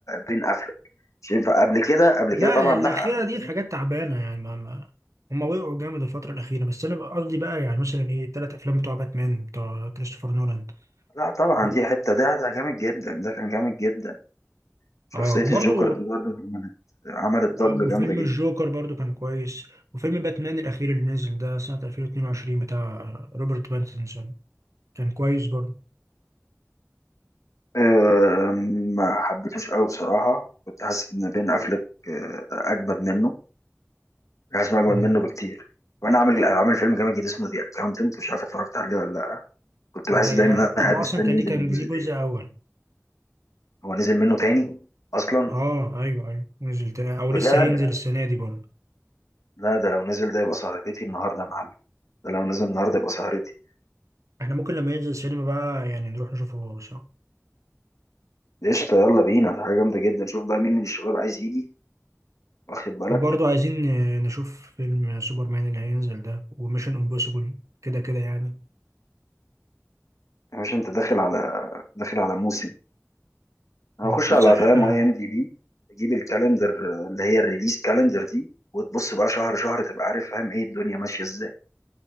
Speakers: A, on the left (about 80°); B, on the right (about 75°).
A: بين أفلك مش ينفع قبل كده قبل
B: لا
A: كده طبعا
B: الأخيرة
A: لا قبل
B: دي
A: كده
B: حاجات تعبانة يعني ما, ما هما وقعوا جامد الفترة الأخيرة بس أنا بقى قصدي بقى يعني مثلا إيه التلات أفلام بتوع باتمان بتوع كريستوفر نولان
A: لا طبعا
B: هو-
A: دي حتة ده ده جامد جدا ده كان جامد جدا شخصية
B: أه وبرضو
A: الجوكر اللي برضه عملت عملت ضجة
B: آه، وفيلم
A: جامدة جدا
B: الجوكر برضو كان كويس وفيلم باتمان الأخير اللي نزل ده سنة 2022 بتاع روبرت باتنسون كان كويس برضو
A: أه ما حبيتوش قوي بصراحة كنت حاسس إن بين أفلك آه، أجمد منه كنت حاسس إنه أجمد
B: مم.
A: منه بكتير وأنا عامل عامل فيلم جامد جدا اسمه ذا أكاونتنت مش عارف اتفرجت عليه ولا لأ كنت بحس
B: ده
A: دايما إن أنا
B: هو
A: قاعد مستني
B: أصلا كان
A: ينزل
B: ليه كان
A: منه جزء
B: ليه جزء
A: تاني
B: أول
A: هو نزل منه تاني أصلا
B: اه ايوه ايوه نزل تاني او
A: بجد
B: لسه هينزل السنه دي برضه
A: لا ده لو نزل ده يبقى سهرتي النهاردة يا معلم ده لو نزل النهاردة يبقى سهرتي
B: احنا ممكن لما ينزل السينما بقى يعني نروح نشوفه سوا
A: قشطة يلا بينا ده حاجة جامدة جدا شوف بقى مين من الشباب عايز يجي واخد بالك
B: وبرضه عايزين آه، نشوف فيلم سوبرمان اللي هينزل ده وميشن امبوسيبل كده كده يعني
A: يا باشا انت داخل على داخل على موسم انا
B: اه
A: هخش
B: شوف
A: على
B: صح
A: فاهم
B: اه
A: اي ام دي بي تجيب الكالندر اللي هي الريليز كالندر دي وتبص بقى شهر شهر تبقى عارف فاهم ايه الدنيا ماشية ازاي